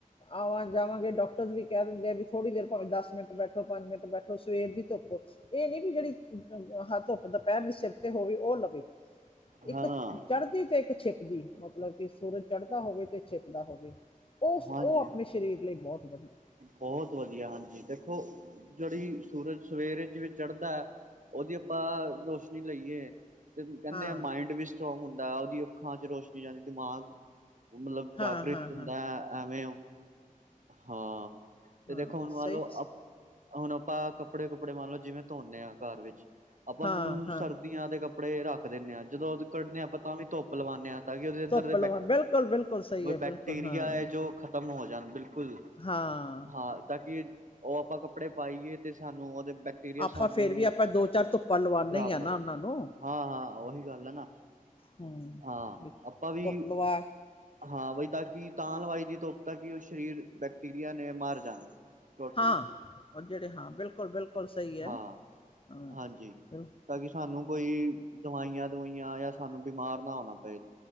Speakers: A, on the left; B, on the right.
A: ਆਵਾਂ ਜਾਵਾਂਗੇ ਡਾਕਟਰਸ ਵੀ ਕਹਿ ਦਿੰਦੇ ਆ ਕਿ ਥੋੜ੍ਹੀ ਦੇਰ ਭਾਵੇ ਦਸ ਮਿੰਟ ਬੈਠੋ ਪੰਜ ਮਿੰਟ ਬੈਠੋ ਸਵੇਰ ਦੀ ਧੁੱਪੋ ਇਹ ਨੀ ਵੀ ਜਿਹੜੀ ਹੱ ਧੁੱਪ ਦੁਪਹਿਰ ਵੀ ਸਿਰ ਤੇ ਹੋਵੇ ਉਹ ਲਵੇ।
B: ਹਾਂ
A: ਇੱਕ ਚੜ੍ਹਦੀ ਤੇ ਇੱਕ ਛਿਪਦੀ ਮਤਲਬ ਕਿ ਸੂਰਜ ਚੜ੍ਹਦਾ ਹੋਵੇ ਤੇ ਛਿਪਦਾ ਹੋਵੇ। ਓਸ
B: ਹਾਂਜੀ
A: ਉਹ ਆਪਣੇ ਸਰੀਰ ਲਈ ਬਹੁਤ ਵਧੀਆ।
B: ਬਹੁਤ ਵਧੀਆ ਹਾਂਜੀ ਦੇਖੋ। ਜਿਹੜੀ ਸੂਰਜ ਸਵੇਰੇ ਜਿਵੇਂ ਚੜ੍ਹਦਾ ਹੈ ਉਹਦੀ ਆਪਾਂ ਰੋਸ਼ਨੀ ਲਈਏ। ਤੇ ਕਹਿੰਦੇ
A: ਹਾਂ,
B: ਮਾਇੰਡ ਵੀ ਸਟਰੋਂਗ ਹੁੰਦਾ ਉਹਦੀ ਅੱਖਾਂ ਚ ਰੋਸ਼ਨੀ ਜਾਂਦੀ ਦਿਮਾਗ। ਮਤਲਬ ਜਾਗ੍ਰਿਤ
A: ਹਾਂ, ਹਾਂ,
B: ਹੁੰਦਾ
A: ਹਾਂ,
B: ਹੈ ਐਵੇਂ ਉਹ ਹਾਂ ਤੇ
A: ਹਾਂ
B: ਦੇਖੋ ਹੁਣ
A: ਸਹੀ
B: ਮਨ ਲਓ ਹੁਣ ਆਪਾਂ ਕੱਪੜੇ ਕੁੱਪੜੇ ਮੰਨ ਲਓ ਜਿਵੇਂ ਧੋਨਦੇ ਹਾਂ ਘਰ ਵਿੱਚ ਆਪਾਂ
A: ਹਾਂ,
B: ਉਹਨਾਂ ਨੂੰ
A: ਹਾਂ,
B: ਸਰਦੀ। ਆਂ ਦੇ ਕੱਪੜੇ ਰੱਖ ਦਿੰਦੇ ਆਂ ਜਦੋਂ ਕੱਢਦੇ ਹਾਂ ਆਪਾਂ ਤਾਂ ਵੀ ਧੁੱਪ ਲਵਾਉਂਦੇ ਹਾਂ ਤਾਂ ਕਿ ਉਹਦੇ ਅੰਦਰ
A: ਧੁੱਪ
B: ਬੈਕ
A: ਲਵਾ ਬਿਲਕੁਲ-ਬਿਲਕੁਲ ਸਹੀ ਹੈ ਬਿਲਕੁਲ
B: ਬੈਕਟੀਰੀਆ
A: ਹਾਂ,
B: ਹੈ ਜੋ। ਖਤਮ ਹੋ ਜਾਣਾ ਬਿਲਕੁਲ
A: ਹਾਂ।
B: ਹਾਂ ਤਾਂ ਕਿ ਉਹ ਆਪਾਂ ਕੱਪੜੇ ਪਾਈਏ ਤੇ ਸਾਨੂੰ ਉਹਦੇ ਬੈਕਟੀਰੀਆ
A: ਆਪਾਂ
B: ਸਾਨੂੰ
A: ਫੇਰ ਵੀ ਆਪਾਂ ਦੋ ਚਾਰ ਧੁੱਪਾ ਲਵਾਉਂਦੇ
B: ਖ਼ਰਾਬ
A: ਹੀ ਹ ਨਾ
B: ਕਰਨ
A: ਉਹਨਾਂ ਨੂੰ।
B: ਹਾਂ ਹਾਂ ਉਹੀ ਗੱਲ ਹੈ ਨਾ
A: ਹੂੰ।
B: ਹਾਂ
A: ਵੀ
B: ਆਪਾਂ ਵੀ
A: ਧੁੱਪ ਲਵਾ
B: ਹਾਂ ਬਈ ਤਾਂ ਕਿ ਤਾਂ ਲਵਾਈ ਦੀ ਧੁੱਪ ਤਾਂ ਕਿ ਉਹ ਸਰੀਰ ਬੈਕਟੀਰੀਆ ਨੇ ਮਾਰ। ਟੋਟਲੀ
A: ਹਾਂ ਉਹ ਜਿਹੜੇ ਹਾਂ ਬਿਲਕੁਲ-ਬਿਲਕੁਲ ਸਹੀ ਹੈ
B: ਹਾਂ। <unintelligible>
A: ਹਾਂ।
B: ਹਾਂਜੀ।
A: ਬਿਲ-
B: ਤਾਂ ਕਿ ਸਾਨੂੰ ਕੋਈ ਦਵਾਈਆਂ ਦਵਾਈਆਂ ਜਾਂ ਸਾਨੂੰ ਬਿਮਾਰ ਨਾ ਹੋਣਾ ਪਏ